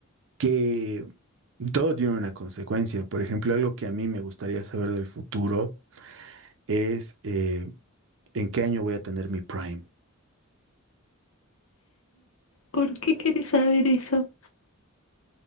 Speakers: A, on the right; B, on the left.
A: que todo tiene una consecuencia. Por ejemplo, algo que a mí me gustaría saber del futuro es eh, en qué año voy a tener mi Prime
B: ¿Por qué querés saber eso?